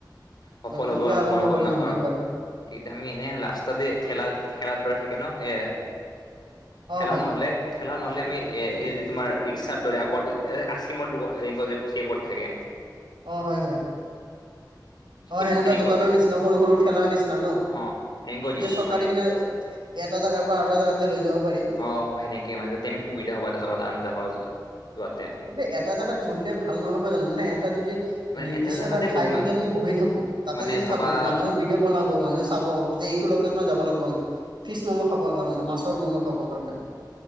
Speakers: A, on the left; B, on the right.
A: সফল
B: নতুনকে
A: হ'ব নহ'ব
B: আৰম্ভ
A: আৰু
B: কৰিম
A: গম নাপাওঁ
B: আমি হয়
A: ইতা আমি এনেই ৰাস্তাতে ঠেলা ঠেলাৰ দৰে থাকে ন এ ঠেলা
B: অ হয়
A: নহ'লে ঠেলা নহ'লে আমি এ এই যে তোমাৰ ৰিক্সাৰ দৰে আগত এ আইচক্ৰীমৰ দো ৰেংক চেপত থাকে
B: অ' হয় হয়
A: সেইটো
B: অ' সেনেকুৱা
A: সেনেকৈ
B: দোকানৰ
A: দিওঁ
B: নিচিনা সৰু সৰু ঠেলাৰ নিচিনা ন
A: অ সেনেকৈ
B: এতিয়া
A: দিওঁ
B: চকা
A: মানে
B: দিকিনে এটা জাগাৰ পা আৰু এটা জাগাত যে লৈ যাব পাৰি
A: অ' সেনেকে মানে তে আমি সুবিধা হ'ব এটা জগা আন জাগা যাৱা যোৱাতে
B: কিন্তু এটা জাগাত বহিলে ভাল নহব জানো মানে এটা যদি
A: মানে
B: নিৰ্দিষ্ট
A: জেগাতে
B: এটা ঠাই
A: বহিম
B: যদি আমি বহি থাকো তাতে
A: মানে
B: যদি
A: ভাবা
B: থাকো মানুহে বি কে বনাব মানুহ চাব যে এইটো লকেচনত যাব লাগিব আমি ফিচ ম'ম' খাবৰ কাৰণে মছৰ ম'ম' খাব- কাৰণে